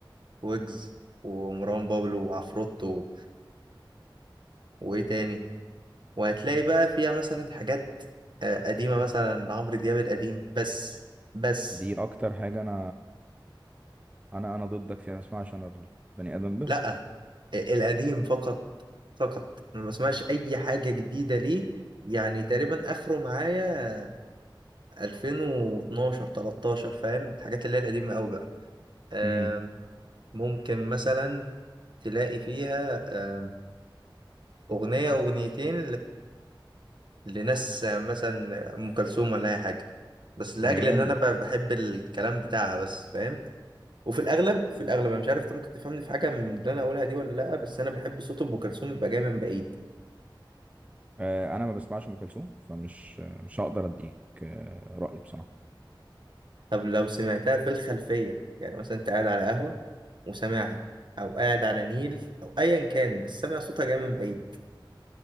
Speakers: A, on the right (about 60°); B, on the right (about 15°).
A: ويجز ومروان بابلو وعفروتو وايه تاني وهتلاقي بقى فيها مثلا حاجات آه، قديمة مثلا لعمرو دياب القديم بس بس
B: دي اكتر حاجه انا انا انا ضدك فيها اسمها عشان البني ادم
A: لا آه، القديم فقط فقط أنا ما بسمعش اي حاجة جديدة ليه يعني تقريبا اخره معايا 2012 13 فاهم الحاجات اللي هي القديمة قوي بقى آم،
B: ده
A: ممكن مثلا تلاقي فيها آم، اغنية اغنيتين لناس آه، مثلا ام كلثوم ولا اي حاجه بس لاجل
B: جامد
A: ان انا ب- بحب الكلام بتاعها بس فاهم وفي الاغلب في الاغلب انا مش عارف انت ممكن تفهمني في حاجه من اللي انا اقولها دي ولا لا بس انا بحب صوت ام كلثوم يبقى جاي من بعيد
B: آه، انا ما بسمعش ام كلثوم فمش مش هقدر اديك آه، رايي بصراحه
A: طب لو سمعتها في الخلفيه يعني مثلا انت قاعد على قهوه وسامعها او قاعد على نيل او ايا كان بس سامع صوتها جاي من بعيد